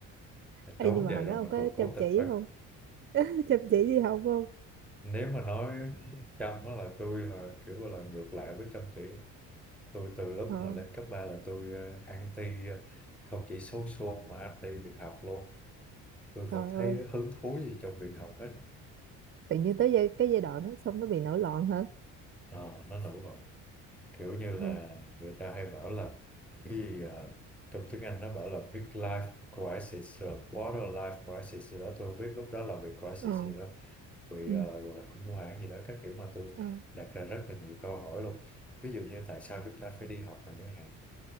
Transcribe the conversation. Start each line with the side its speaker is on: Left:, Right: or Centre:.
Right: Ê,
Centre: trốn
Right: nhưng mà
Centre: vậy
Right: hồi
Centre: rồi
Right: đó ông
Centre: mà
Right: có
Centre: còn cố
Right: chăm
Centre: tình
Right: chỉ
Centre: bắt
Right: không? <laughs> Chăm chỉ đi học không?
Centre: nếu mà nói Trâm á là tôi là kiểu là ngược lại với chăm chỉ tôi từ lúc
Right: Ờ,
Centre: mà lên cấp 3 là tôi ờ, anti ờ, không chỉ số xô mà anti việc học luôn tôi không
Right: trời
Centre: thấy
Right: ơi,
Centre: hứng thú gì trong việc học hết
Right: tự nhiên tới giai, cái giai đoạn nó xong nó bị nổi loạn hả?
Centre: Ờ, nó nổ rồi kiểu như là
Right: Ừ,
Centre: người ta hay bảo là cái gì ờ, trong tiếng Anh nó bảo là big life crisis rồi quarter life crisis gì đó tôi không biết lúc đó là bị crisis
Right: ờ,
Centre: gì đó bị
Right: ừ,
Centre: ờ, gọi là khủng hoảng gì đó các kiểu mà tôi
Right: ờ,
Centre: đặt ra rất là nhiều câu hỏi luôn ví dụ như tại sao chúng ta phải đi học mà chẳng hạn